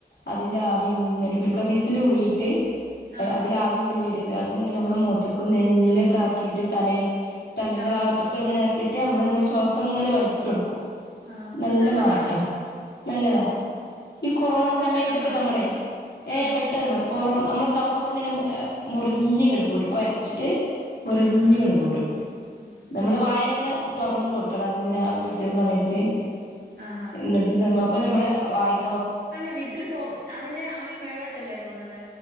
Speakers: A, on the left; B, on the right.
A: അതിന്റെ ആവി ഇങ്ങനെ പിടിക്കും വിസില് ഊരിയിട്ട്
B: ആഹാ
A: ഏഹ് അതിലെ ആവി ഇങ്ങനെ വെരൊല്ലോ അത്ഇങ്ങനെ ഞമ്മളെ മോത്ത്ക്കും നെഞ്ഞിലെക്കെ ആക്കിയിട്ട് തലേ
B: ആഹ്
A: തലെന്റെ ഭാഗത്ത്ക്ക് ഇങ്ങനെ ആക്കിയിട്ട് അമ്മള് ഇങ്ങനെ ശ്വാസം ഇങ്ങനെ വലിച്ചാെട്ക്കും
B: ആഹ്
A: നല്ലമാറ്റാ
B: അത് നല്ലതാണോ
A: നല്ലതാ ഈ കൊറോണ
B: കഫക്കെട്ടൊക്കെ
A: സമയത്തൊക്കെ
B: മാറുവോ
A: നമ്മളെ ഏഹ്
B: ആഹ്
A: പെട്ടെന്ന് മാറും കൊറോണ അമ്മളെ കഫംഒക്കെ ഇങ്ങനെ മു ഏ മുറിഞ്ഞ് ഇങ്ങണ്ട് പോരും കൊരച്ചിട്ട് മുറിഞ്ഞ്ഇങ്ങട്
B: ആഹ് ആഹ് ആഹ്
A: പോരും
B: ആഹ് ഉം
A: നമ്മള്
B: ഉം
A: വായ ഇങ്ങനെ തൊറന്ന് കൊട്ക്കണം അത് ഇങ്ങനെ ആവി പിടിച്ച്ണ സമയത്ത്
B: ആഹാ
A: ഇന്ന്ട്ട് നമ്മളപ്പം നമ്മളെ വായേക്ക്
B: അല്ല വിസ് ല് മോ അതിന്റെ ആവി മേളോട്ടല്ലേ പോവുന്നത്